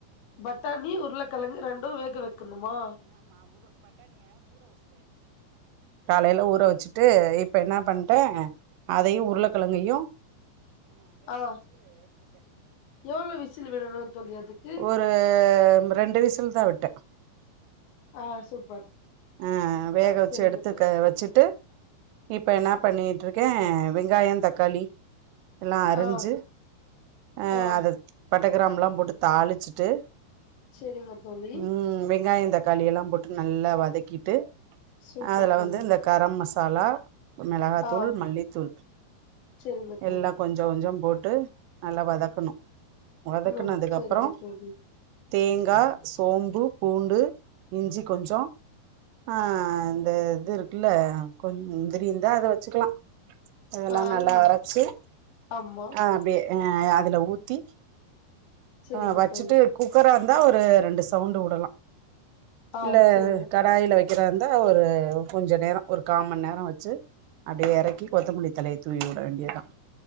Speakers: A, on the left; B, on the right.
A: பட்டானி உருளக்கெழங்கு ரெண்டோ வேக வெக்கணுமா
B: காலைல ஊற வெச்சுட்டு இப் ப என்ன பண்ட்டே அதயு உருளக்கெழங்கையு
A: ஆ எவ்ளோ விசில் விடணோ தோழி அதுக்கு
B: ஒரு ரெண்டு விசில் தா விட்டே
A: ஆ சூப்பர்
B: ஆ வேக
A: ஆ
B: வெச்சு
A: சரிங்க
B: எடுத்து
A: தோழி
B: க வெச்சுட்டு இப்ப என்ன பண்ணீட்டு இருக்கே வெங்காயோ தக்காளி எல்லா அரிஞ்சு
A: ஆ
B: அ
A: ஆ
B: அத பட்டக்கிராம்புலா போட்டு தாளிச்சுட்டு
A: செரிங்க தோழி
B: ம் வெங்காயோ தக்காளி எல்லா போட்டு நல்லா வதக்கிட்டு
A: சூப்பர்
B: அதுல
A: தோழி
B: வந்து இந்த கரம் மஸா லா மெளகாத்தூள்
A: ஆ
B: மல்லித்தூள்
A: சரிங்க தோழி
B: எல்லா கொஞ்சோ கொஞ்சோ போட் டு நல்லா வதக்கணோ வதக்கனதுக்கப்புறோ
A: ம் செரிங்க தோழி
B: தேங்கா சோம்பு பூண்டு இஞ்சி கொஞ்சோ ஆ இந்த இது இருக்குல்ல கொஞ் முந்திரி இருந்தா அத வச்சுக்கலா அதெல்லா
A: ஆ
B: நல்லா
A: இ
B: அரச்சு
A: ஆமா
B: ஆ அப்டே அ அதுல ஊத்தி
A: செரிங்க
B: ஆ வச்சுட்டு
A: தோழி
B: குக்கரா இருந்தா ஒரு ரெண்டு சவுண்டு வுடலா
A: ஆ
B: இல்ல
A: செரிங்க
B: கடாயில
A: தோழி
B: வெக்கிறா ந்த ஒரு கொஞ்ச நேரோ ஒரு கா மண் நேரோ வெச்சு அப்டே எறக்கி கொத்தமல்லி தழைய தூவி விட வேண்டியத்தா